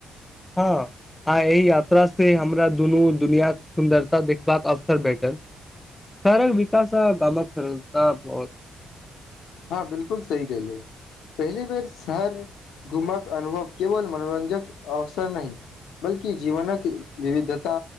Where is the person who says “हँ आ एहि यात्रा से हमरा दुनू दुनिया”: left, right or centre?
Left